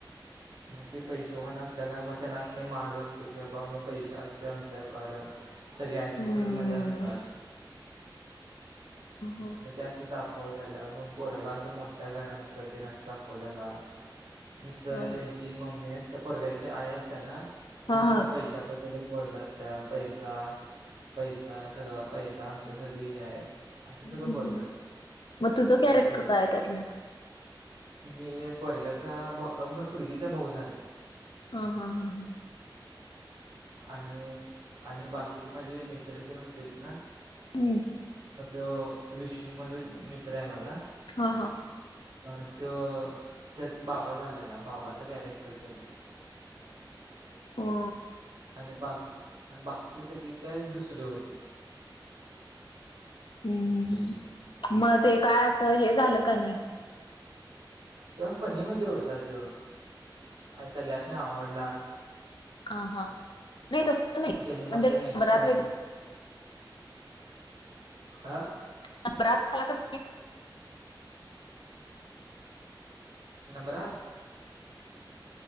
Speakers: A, on the right; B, on the left.
A: मग ते पैसे होन असल्याला मग त्यांनाच नाही माग असते कि बाबा मी पैसे असतो आमच्याकड. सगळे अटिट्यूड
B: हम्म
A: मध्ये असतात.
B: हम्म
A: ते असं दाखवलेलं मग पोरगा असं मोठ्या घराण्याचा तेन अस दाखवलेला. नुसत
B: हम्म
A: त्यांची मम्मी अस त्या पोरग्याची आई असताना ती
B: हा
A: नुसत
B: हा.
A: पैशा बद्द बोलत असत पैसा पैसा सगळ आमच्या सगळी हे आहे. असं सगळं
B: हम्म हम्म
A: बोलत
B: हम्म.
A: असतीया
B: मग तुझं कॅरेक्टर
A: आणि ते.
B: काय आहे त्यातलं?
A: मी हे पोरग्याचा म पोरगीचा भाऊ झालेलो.
B: हा हा हा हा.
A: आणि आणि बाकीचे माझे मित्र तेन होते ना.
B: हम्म.
A: मग तो विष्णू माझ मित्र आहे माझा.
B: हा हा.
A: अ तो त्यात बाबा झालेला, बाबाचा कॅरेक्टर केलेला. <inaudible>
B: हो.
A: आणि बाकी बाकीचे सगळे काय दुसरे होते.
B: हम हम मग ते काय असं हे झालं काय नाही.
A: जस्ट फनी मध्ये होता तो, अच्छा सगळ्यांसनी आवडला.
B: ह ह नाही तसं नाही,
A: मग त्यांनी म्हटले
B: म्हणजे
A: नेक्स्ट
B: बराच
A: टाइम
B: वेळ.
A: आ.
B: <unintelligible>
A: नम्रात.